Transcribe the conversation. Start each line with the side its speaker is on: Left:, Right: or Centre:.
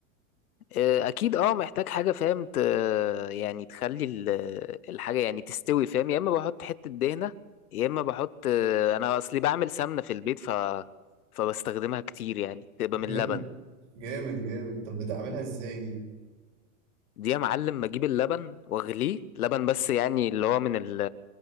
Left: آه، اكيد اه محتاج حاجه فاهم ت... يعني تخلي ال- الحاجه يعني تستوي فاهم يا اما بحط حته دهنه يا اما بحط آه، انا اصلي بعمل سمنه في البيت ف فبستخدمها كتير يعني تبقى من
Right: جامد
Left: اللبن
Right: جامد جامد طب بتعملها ازاي دي؟
Left: دي يا معلم بجيب اللبن واغليه لبن بس يعني اللي هو من ال